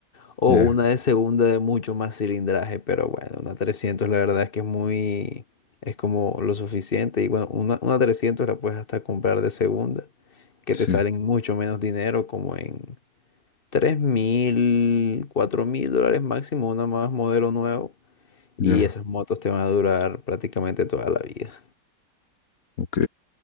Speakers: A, on the left; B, on the left.
A: o
B: Ya,
A: una de segunda de mucho más cilindraje, pero bueno, una 300 la verdad es que es muy, es como lo suficiente, y bueno, una, una 300 la puedes hasta comprar de segunda, que
B: sí,
A: te salen mucho menos dinero, como en tres mil, cuatro mil dólares máximo, una más modelo nuevo
B: ya.
A: y esas motos te van a durar prácticamente toda la vida.
B: Ok.